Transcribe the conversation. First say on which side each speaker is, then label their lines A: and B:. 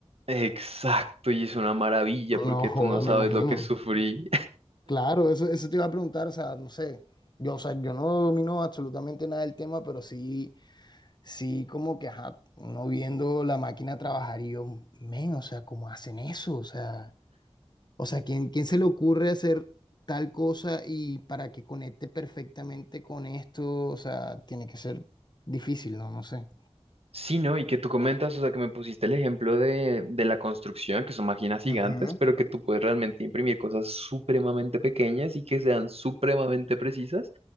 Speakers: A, on the right; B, on the left.
A: Exacto, y es una maravilla porque
B: No joda,
A: tú no sabes
B: me imagino.
A: lo que sufrí
B: Claro, eso, eso te iba a preguntar, o sea, no sé. Yo, o sea, yo no domino absolutamente nada del tema, pero sí, sí, como que, ajá, uno viendo la máquina trabajar y yo, men, o sea, ¿cómo hacen eso? O sea. O sea, ¿quién, quién se le ocurre hacer tal cosa y para que conecte perfectamente con esto? O sea, tiene que ser difícil, ¿no? No sé.
A: Sí, ¿no? Y que tú comentas, o sea, que me pusiste el ejemplo de, de la construcción, que son máquinas gigantes,
B: Ujú.
A: pero que tú puedes realmente imprimir cosas supremamente pequeñas y que sean supremamente precisas.